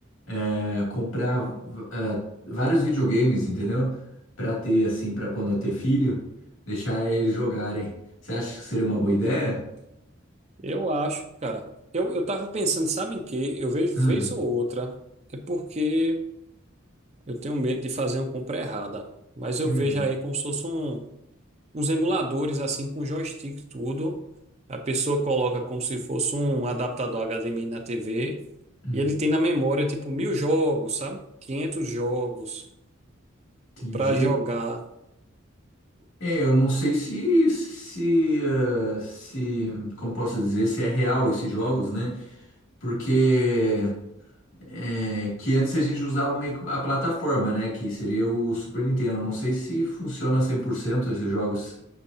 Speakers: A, on the left (about 80°); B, on the right (about 35°).
A: é, comprar v- é, vários videogames, entendeu? Pra ter, assim, pra quando eu ter filho, deixar eles jogarem. Você acha que seria uma boa ideia?
B: Eu acho, cara. Eu, eu tava pensando, sabe em quê? Eu vejo
A: Ah,
B: vez ou outra. É porque eu tenho medo de fazer uma compra errada. Mas eu
A: Hum.
B: vejo aí como se fosse um, uns emuladores, assim, com joystick e tudo. A pessoa coloca como se fosse um adaptador HDMI na TV.
A: hum,
B: E ele tem na memória, tipo, mil jogos, sabe? 500 jogos
A: entendi.
B: pra jogar.
A: É, eu não sei se, se, eh, se, como posso dizer, se é real esses jogos, né? Porque É, que antes a gente usava meio que a plataforma, né? Que seria o Super Nintendo. Não sei se funciona 100% esses jogos.